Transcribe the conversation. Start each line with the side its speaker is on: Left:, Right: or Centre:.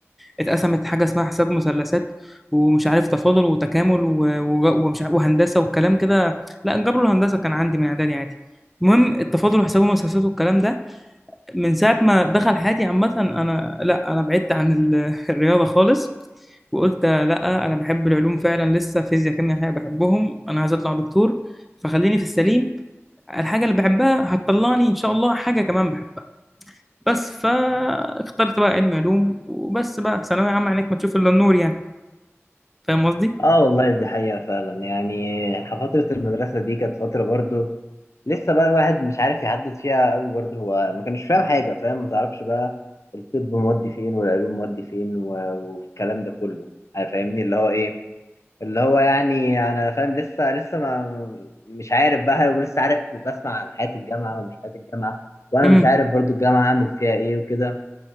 Centre: اتقسمت حاجة اسمها حساب مثلثات ومش عارف تفاضل وتكامل و- وج- ومش عارف وهندسة والكلام كده لا الجبر والهندسة كان عندي من إعدادي عادي المهم التفاضل وحساب المثلثات والكلام ده من ساعة ما دخل حياتي عامة أنا لا أنا بعدت عن ال- <laughs> الرياضة خالص وقلت لا أنا بحب العلوم فعلا لسه فيزياء كيمياء حاجة بحبهم أنا عايز أطلع دكتور فخليني في السليم الحاجة اللي بحبها هتطلعني إن شاء الله حاجة كمان بحبها بس فاخترت بقى علم علوم وبس بقى ثانوية عامة عينك ما تشوف إلا النور يعني فاهم قصدي؟
Left: اه والله دي حقيقة فعلا يعني فترة المدرسة دي كانت فترة برضو لسه بقى الواحد مش عارف يحدد فيها قوي برضو هو ما كانش فاهم حاجة فاهم ما تعرفش بقى الطب مودي فين والعلوم مودي فين و- والكلام ده كله فاهمني اللي هو ايه اللي هو يعني انا فاهم لسه لسه ما مش عارف بقى هل- ولسه عارف بسمع عن حياة الجامعة ومش حياة الجامعة وانا
Centre: امم
Left: مش عارف برضو الجامعة اعمل فيها ايه وكده